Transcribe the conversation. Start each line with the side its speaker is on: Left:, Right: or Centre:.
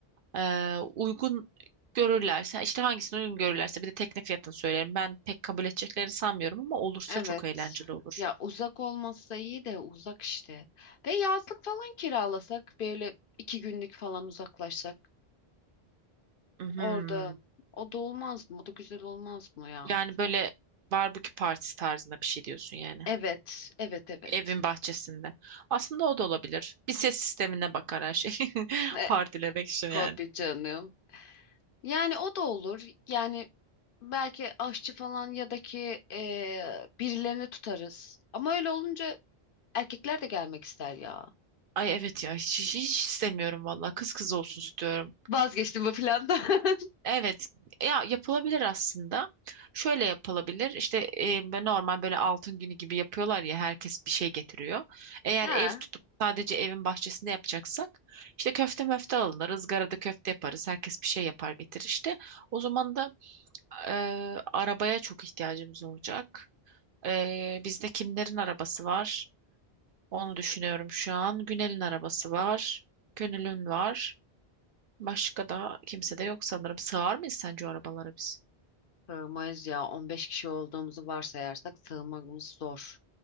Right: Ee, uygun görürlerse işte hangisini uygun görürlerse bir de tekne fiyatını söylerim. Ben pek kabul edeceklerini sanmıyorum ama olursa
Left: evet.
Right: çok eğlenceli olur.
Left: Ya uzak olmazsa iyi de uzak işte. Ve yazlık falan kiralasak böyle iki günlük falan uzaklaşsak
Right: Mhm.
Left: orada o da olmaz mı? O da güzel olmaz mı ya?
Right: Yani böyle barbekü partisi tarzında bir şey diyorsun yani.
Left: Evet, evet, evet.
Right: Evin bahçesinde. Aslında o da olabilir. Bir ses sistemine bakar her şey. <laughs>
Left: E,
Right: Partilemek için
Left: tabii
Right: yani.
Left: canım. Yani o da olur. Yani belki aşçı falan ya da ki eee, birilerini tutarız. Ama öyle olunca erkekler de gelmek ister ya.
Right: Ay evet ya hiç, hiç istemiyorum valla kız kız olsun istiyorum.
Left: Vazgeçtim bu plandan. <laughs>
Right: Evet ya yapılabilir aslında. Şöyle yapılabilir işte e, böyle normal böyle altın günü gibi yapıyorlar ya herkes bir şey getiriyor. Eğer
Left: Ha,
Right: ev tutup sadece evin bahçesinde yapacaksak işte köfte möfte alınır ızgarada köfte yaparız herkes bir şey yapar getirir işte. O zaman da e, arabaya çok ihtiyacımız olacak. E, bizde kimlerin arabası var? Onu düşünüyorum şu an. Günel'in arabası var. Gönül'ün var. Başka da kimse de yok sanırım. Sığar mıyız sence o arabalara biz?
Left: sığmayız ya. 15 kişi olduğumuzu varsayarsak sığmamız zor.